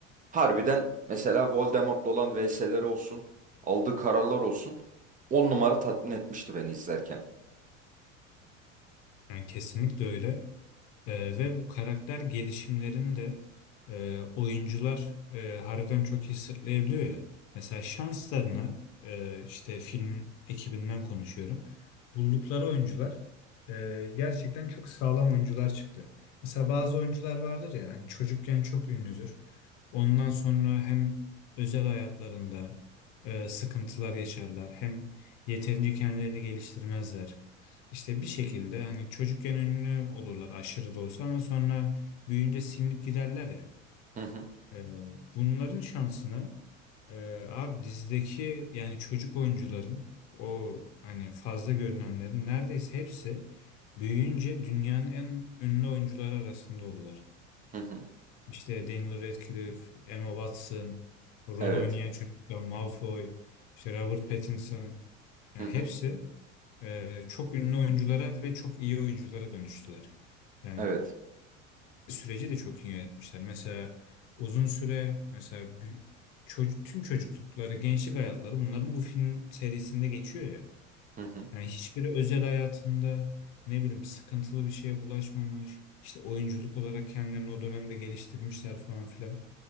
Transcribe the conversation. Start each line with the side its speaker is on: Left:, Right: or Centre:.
Right: Harbiden mesela Voldemort'la olan vs'leri olsun, aldığı kararlar olsun. On numara tatmin etmişti beni izlerken.
Left: Yani kesinlikle öyle. Ee, ve bu karakter gelişimlerini de e, oyuncular e, harbiden çok iyi sırtlayabiliyor ya. Mesela şanslarına e, işte film ekibinden konuşuyorum. Buldukları oyuncular e, gerçekten çok sağlam oyuncular çıktı. Mesela bazı oyuncular vardır ya hani çocukken çok ünlüdür. Ondan sonra hem özel hayatlarında e, sıkıntılar yaşarlar hem yeterince kendilerini geliştirmezler. İşte bir şekilde hani çocukken ünlü olurlar aşırı da olsa ama sonra büyüyünce silinip giderler ya.
Right: Hı hı,
Left: Ee, bunların şansını e, abi dizideki yani çocuk oyuncuların o hani fazla görünenlerin neredeyse hepsi büyüyünce dünyanın en ünlü oyuncuları arasında olurlar.
Right: hı hı.
Left: İşte Daniel Radcliffe, Emma Watson, Ron
Right: Evet.
Left: oynayan çocuklar, Malfoy, işte Robert Pattinson yani
Right: Hı hı,
Left: hepsi e, çok ünlü oyunculara ve çok iyi oyunculara dönüştüler. Yani
Right: evet.
Left: süreci de çok iyi yönetmişler. Mesela uzun süre mesela bü- çocuk, tüm çocuklukları, gençlik hayatları bunların bu film serisinde geçiyor ya.
Right: Hı hı,
Left: Yani hiçbiri özel hayatında ne bileyim sıkıntılı bir şeye bulaşmamış. İşte oyunculuk olarak kendilerini o dönemde geliştirmişler falan filan.